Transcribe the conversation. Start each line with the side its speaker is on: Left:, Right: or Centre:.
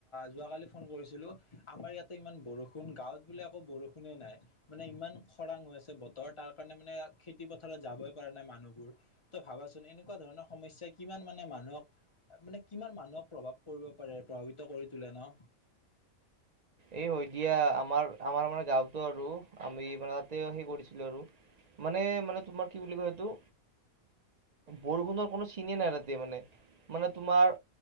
Left: যোৱাকালি ফোন কৰিছিলো আমাৰ ইয়াত ইমান বৰষুণ, গাঁৱতোলে আ আকৌ বৰষুণে নাই। মানে ইমান খৰাং, হৈ আছে বতৰ, তাৰ কাৰণে মানে খেতি- পথাৰত যাবই পৰা নাই মানুহবোৰ। তই ভাবাচোন এনেকুৱা ধৰণৰ সমস্যা কিমান মানে মানুহক মানে কিমান মানুহক প্ৰভাৱ কৰিব পাৰে প্ৰভাৱিত কৰি তোলে ন।
Right: এই হয় দিয়া আমাৰ আমাৰ মানে গাঁৱতো, আৰু আমি মানে তাতে সেই কৰিছিলোঁ। আৰু মানে মানে তোমাৰ কি বুলি কয় এইেইটো বৰষুণৰ, কোনো চিনে নাই ৰাতি মানে। মানে তোমাৰ